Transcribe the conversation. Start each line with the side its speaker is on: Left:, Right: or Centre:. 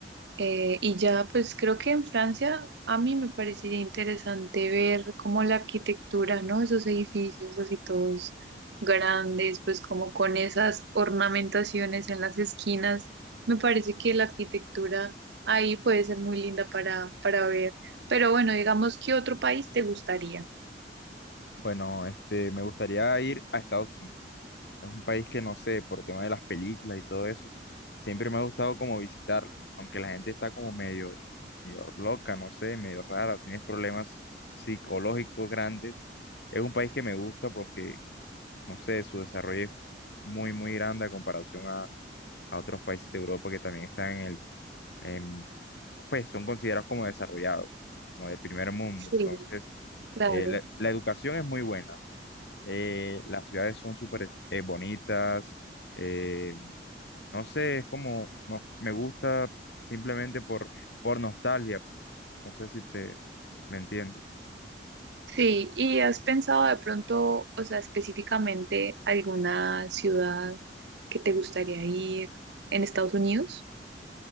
Right: Eh, y ya, pues creo que en Francia a mí me parecería interesante ver como la arquitectura, ¿no? Esos edificios así todos grandes, pues como con esas ornamentaciones en las esquinas. Me parece que la arquitectura ahí puede ser muy linda para, para ver. Pero bueno, digamos, ¿qué otro país te gustaría?
Left: Bueno, este, me gustaría ir a Estados Unidos. Es un país que no sé, por tema de las películas y todo eso, siempre me ha gustado como visitarlo, aunque la gente está como medio, medio loca, no sé, medio rara, tienes problemas psicológicos grandes. Es un país que me gusta porque, no sé, su desarrollo es muy, muy grande a comparación a, a otros países de Europa que también están en el, en- pues son considerados como desarrollados, como de primer mundo.
Right: Sí.
Left: Entonces,
Right: Claro,
Left: eh, la la educación es muy buena eh, las ciudades son súper eh, bonitas, eh, no sé, es como, no, me gusta simplemente por, por nostalgia, no sé si te, ¿me entiendes?
Right: sí, ¿y has pensado de pronto, o sea, específicamente alguna ciudad que te gustaría ir en Estados Unidos?